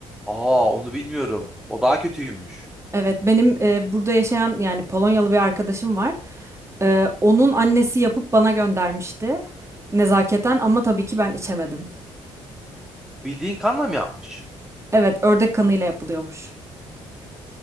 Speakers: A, in the centre; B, on the right.
A: Aa onu bilmiyorum. O daha kötüymüş.
B: Evet benim e, burada yaşayan yani Polonyalı bir arkadaşım var. E, onun annesi yapıp bana göndermişti nezaketen ama tabii ki ben içemedim.
A: Bildiğin kanla mı yapmış?
B: Evet ördek kanıyla yapılıyormuş.